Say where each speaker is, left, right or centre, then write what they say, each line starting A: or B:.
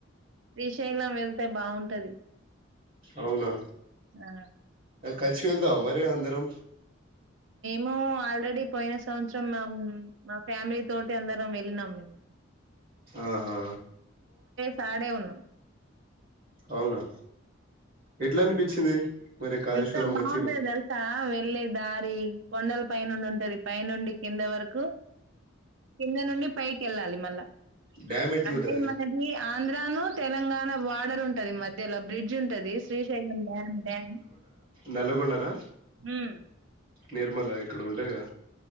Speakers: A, on the right (about 65°); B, on the right (about 45°).
A: శ్రీ శైలం వెళ్తే బాగుంటది
B: అవునా
A: ఆ
B: కలిసి వెళ్దావా మరి అందరం
A: నో ఆల్రెడీ పోయిన సంవత్సరం మేం మా ఫ్యామిలీ తోటి అందరం వెళ్ళినం మేము
B: ఆహా
A: తడే ఉను
B: అవునా ఎట్లా అనిపించింది మరి కాళేశ్వరం
A: ఎంత బాగుంటది
B: మంచిగా
A: తెలుసా వెళ్ళ దారి కొండల పైనుండి ఉంటది పైనుండి కింద వరకు కింద నుండి పైకి వెళ్ళాలి మళ్ళా
B: డ్యామ్ ఎట్లుంటది
A: అంటే మనది ఆంధ్రాను తెలంగాణ బార్డర్ ఉంటది మధ్యలో బ్రిడ్జ్ ఉంటది శ్రీశైలం డ్యామ్ డ్యామ్
B: నల్గొండనా
A: ఉమ్
B: నిర్మలా ఇక్కడ ఉంటాగా